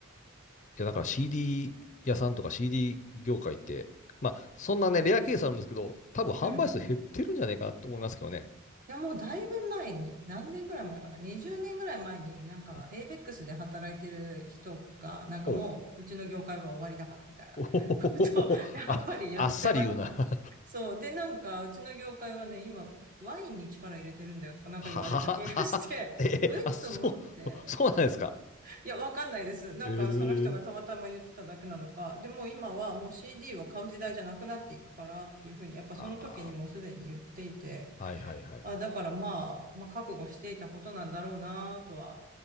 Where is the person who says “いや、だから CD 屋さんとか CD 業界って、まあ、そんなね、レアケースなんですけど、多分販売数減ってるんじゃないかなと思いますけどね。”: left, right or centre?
Left